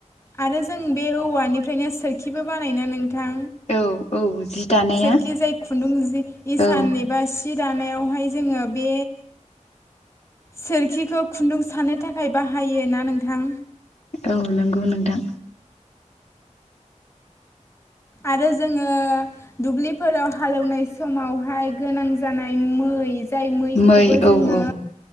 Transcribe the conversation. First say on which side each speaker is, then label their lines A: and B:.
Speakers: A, on the left; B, on the left.
A: आरो जों बे औवानिफ्रायनो सोरखिबो बानायना नों थां
B: औ औ जि दानाया
A: सोरखि जाय खुन्दुं इसान
B: औ
A: एबा सि दानायावहाय जोङो बे सोरखिखौ खुन्दुं सानो थाखाय बाहायो ना नोंथां।
B: औ नंगौ नोंथां।
A: आरो जोङो दुब्लिफोराव हालौवनाय समावहाय गोनां जानाय मै जाय मैखौबो
B: मै
A: जोङो
B: औ औ